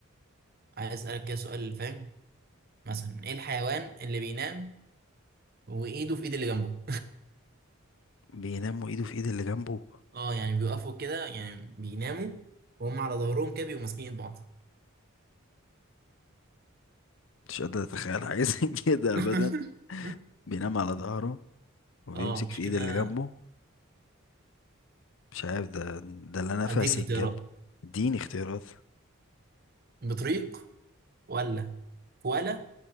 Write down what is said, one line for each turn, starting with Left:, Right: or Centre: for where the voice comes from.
Right: عايز اسالك كده سؤال فاهم مثلا ايه الحيوان اللي بينام وايده في ايد اللي جنبه
Left: بينام وإيده في إيد اللي جنبه
Right: اه يعني بيوقفوا كده يعني بيناموا وهم على ظهرهم كده بيبقوا ماسكين ايد بعض
Left: مش قادر أتخيل حاجة زي كده
Right: <laughs>
Left: أبدا بينام على ظهره وبيمسك
Right: اه مشكلة
Left: في ايد اللي جنبه مش عارف ده ده اللي انا فاسق
Right: اديك اختيارات
Left: جنبه اديني اختيارات
Right: بطريق ولا كوالا